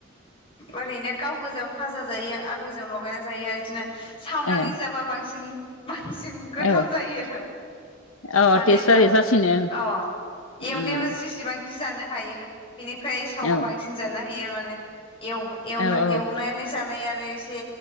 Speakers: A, on the left (about 25°); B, on the left (about 85°).
A: ओरैनो गाव गोजा फाजा जायो आलुजों लगायना जायो इदिनो सावनानै
B: ए
A: जाबा बांसिन बांसिन गोथाव
B: औ
A: जायो आरो
B: औ
A: माने
B: टेस्ट
A: ओमबा
B: जायो जासिनो
A: अ एवनायाव
B: ओं
A: जेसेबां‌ जि जानो हायो। बिनिफ्राय सावबा
B: औ
A: बांसिन जानो हायो आरो मान <unintelligible> एव एव
B: औ ओ
A: एवनानै जानायाब फाय इसे